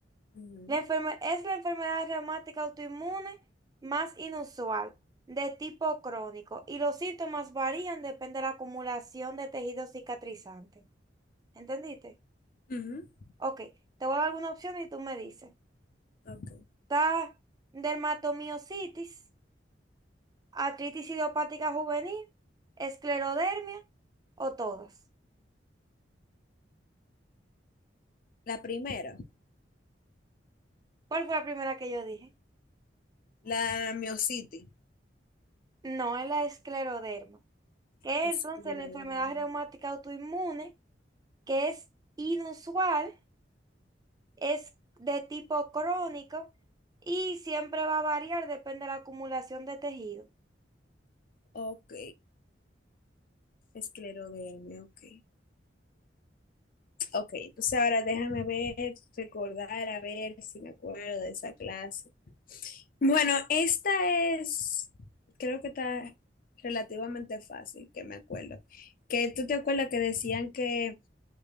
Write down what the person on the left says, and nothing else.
ujú,
ujú,
ok.
La primera,
la miositis,
esclerodermia.
Ok, esclerodermia, ok. Ok, entonces ahora déjame ver, recordar, a ver si me acuerdo de esa clase. Bueno, esta es, creo que está relativamente fácil, que me acuerdo. Que tú te acuerdas que decían que